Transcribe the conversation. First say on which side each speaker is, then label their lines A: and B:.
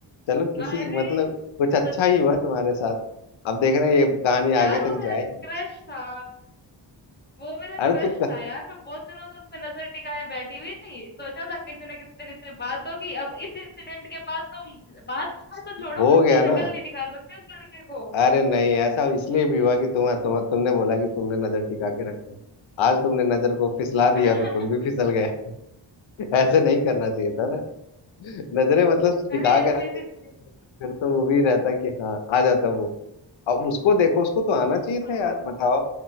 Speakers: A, on the left; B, on the left.
A: चलो किसी
B: अरे
A: मतलब कुछ अच्छा
B: सच
A: ही हुआ तुम्हारे साथ अब देख रहे हैं ये कहानी
B: यार
A: आगे
B: वो
A: तक
B: मेरा
A: जाएगी
B: क्रश था वो मेरा
A: अरे
B: क्रश
A: तो क-
B: था यार मैं बहुत दिनों से उस पर नजर टिकाए बैठी हुई थी सोचा था किसी ना किसी दिन इससे बात होगी अब इस इंसिडेंट के बाद तो बात तो छोड़ो
A: हो
B: मैं अपनी
A: गया ना
B: शक्ल नहीं दिखा सकती उस लड़के को
A: अरे नहीं ऐसा इसलिए भी हुआ कि तुम, तुम तुमने बोला कि तुमने नजर टिका के रखो आज तुमने नजर को फिसला दिया
B: <laughs>
A: तो तुम भी फिसल गए <laughs> ऐसे नहीं करना चाहिए था ना नजरे मतलब
B: अरे
A: टिका के
B: ऐसी
A: रखते
B: ऐसी
A: फिर तो वो भी रहता कि हाँ आ जाता वो अब उसको देखो उसको तो आना चाहिए
B: हाँ
A: था यार बताओ